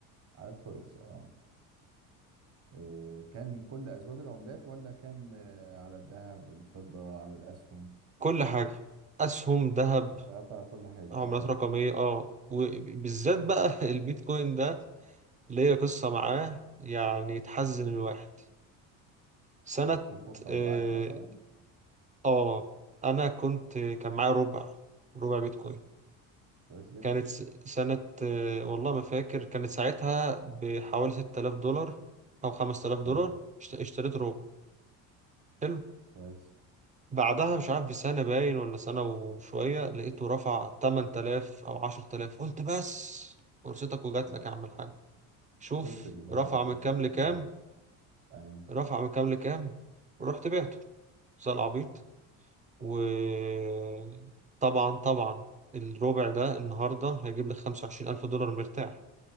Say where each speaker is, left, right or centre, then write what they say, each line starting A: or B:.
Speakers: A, on the right; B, on the right.
A: على الفوركس اه آه، كان كل أزواج العملات ولا كان آه، على الذهب الفضة على الأسهم
B: كل حاجة أسهم ذهب
A: واشتغلت على كل حاجة
B: عملات
A: اه
B: رقمية اه وبالذات بقى <laughs> البيتكوين ده ليا قصة معاه يعني تحزن الواحد سنة
A: كانت في فرصة
B: اه
A: وضاعت مثلا
B: آه، أنا كنت كان معايا ربع ربع بيتكوين
A: كويس جدا
B: كانت س- سنة آه، والله ما فاكر كانت ساعتها بحوالي 6000 دولار أو 5000 دولار
A: اه
B: اشت- اشتريت ربع حلو
A: كويس
B: بعدها مش عارف بسنة باين ولا سنة وشوية لقيته رفع 8000 أو 10000 قلت بس فرصتك وجات
A: أنا
B: لك يا عم الحاج شوف
A: وصلت للهدف
B: رفع من
A: بتاعك
B: كام لكام
A: اه أيوة
B: رفع من كام لكام رحت بعته زي العبيط وطبعا طبعا الربع ده النهاردة هيجيب لي 25000 دولار مرتاح